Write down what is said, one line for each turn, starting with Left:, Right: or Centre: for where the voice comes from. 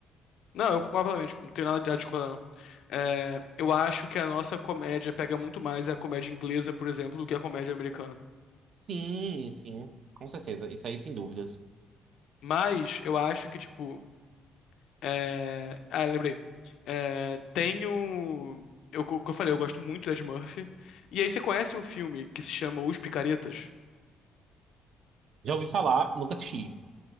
Left: Não, eu concordo plenamente, não tenho nada de discordar, não. É, eu acho que a nossa comédia pega muito mais a comédia inglesa, por exemplo, do que a comédia americana.
Right: Sim, sim, com certeza. Isso aí, sem dúvidas.
Left: Mas eu acho que, tipo. é, Ah, lembrei. É, tenho. Eu, co- que eu falei, eu gosto muito do Ed Murphy. E aí você conhece um filme que se chama Os Picaretas?
Right: Já ouvi falar, nunca assisti.